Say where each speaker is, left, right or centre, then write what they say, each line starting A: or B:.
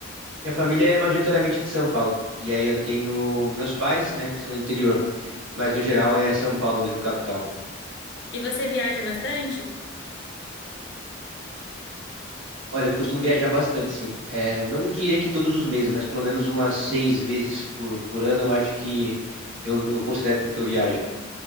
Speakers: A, on the right; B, on the left.
A: Minha família é majoritariamente de São Paulo. E aí eu tenho meus pais, né, que são do interior. Mas no geral é São Paulo mesmo, capital.
B: E você viaja bastante?
A: Olha, eu costumo viajar bastante, sim. É, não diria que todos os meses, mas pelo menos umas seis vezes por, por ano, eu acho que eu, eu considero que eu viajo.